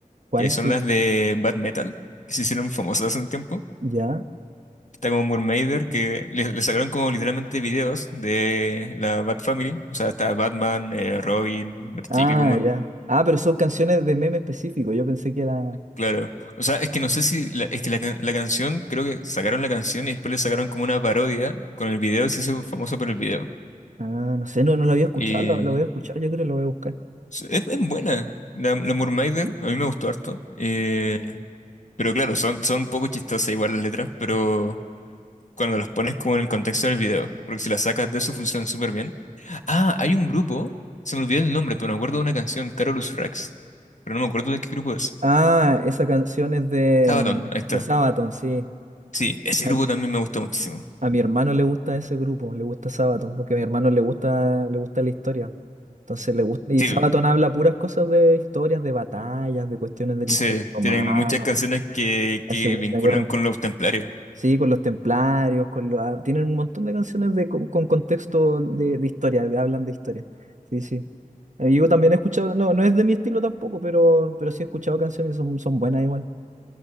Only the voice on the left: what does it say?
que son
las de Bad Metal, que se hicieron <laughs> famosas hace un tiempo.
Está como Murmaider, que le, le sacaron como literalmente videos de la Bad Family, o sea, está Batman, eh, Robin, Bat
Chica, como
Claro. O sea, es que no sé si la- es que la, can- la canción, creo que sacaron la canción y después le sacaron como una parodia con el video y se hizo famoso por el video.
Y
es, es buena. La, la Moonrider,
a mí me gustó harto. Eh, pero claro, son, son un poco chistosas igual las letras, pero cuando las pones como en el contexto del video, porque si las sacas de eso funcionan súper bien. Ah, hay un grupo, se me olvidó el nombre, pero me acuerdo de una canción, Carolus Rex, pero no me acuerdo de qué grupo es.
Sabaton,
ahí está.
Sí, ese
grupo también me gusta muchísimo.
Sí,
Sí,
tienen muchas canciones que,
que
vinculan
con los templarios.